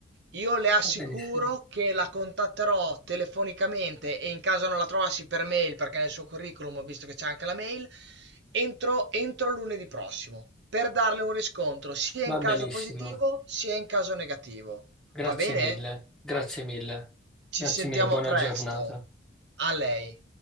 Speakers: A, on the right; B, in the centre.
A: io le assicuro
B: Va benissimo,
A: che la contatterò telefonicamente e in caso non la trovassi per mail, perché nel suo curriculum ho visto che c'è anche la mail, entro, entro lunedì prossimo per darle un riscontro sia
B: va
A: in caso
B: benissimo.
A: positivo sia in caso negativo.
B: Grazie
A: Va bene?
B: mille, grazie mille,
A: Ci
B: grazie
A: sentiamo
B: mille, buona
A: presto.
B: giornata.
A: A lei.